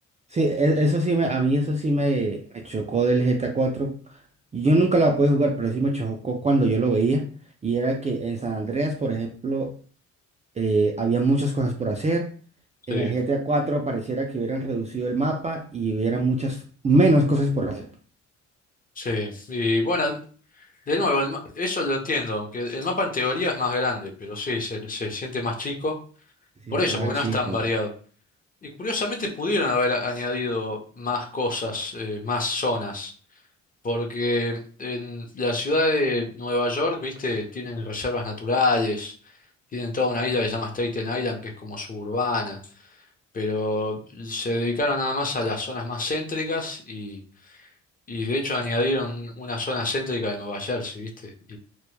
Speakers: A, on the right (about 25°); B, on the left (about 30°).
A: sí, e- eso sí me, a mí eso sí me, me chocó del GTA cuatro Yo nunca la pude jugar, pero sí me chocó cuando yo lo veía. Y era que en San Andreas, por ejemplo, eh, había muchas cosas por hacer. En
B: Sí,
A: el GTA cuatro pareciera que hubieran reducido el mapa y hubiera muchas menos cosas por hacer.
B: sí. Y bueno, de nuevo, el ma- eso lo entiendo, aunque el mapa en teoría es más grande, pero sí, se, se siente más chico.
A: Sí,
B: Por
A: un
B: eso,
A: tema
B: porque
A: chico.
B: no es tan variado. Y curiosamente pudieron haber añadido más cosas, eh, más zonas, porque en la ciudad de Nueva York, viste, tienen reservas naturales, tienen toda una isla que se llama Staten Island, que es como suburbana, pero se dedicaron nada más a las zonas más céntricas y, y de hecho añadieron una zona céntrica de Nueva Jersey, viste,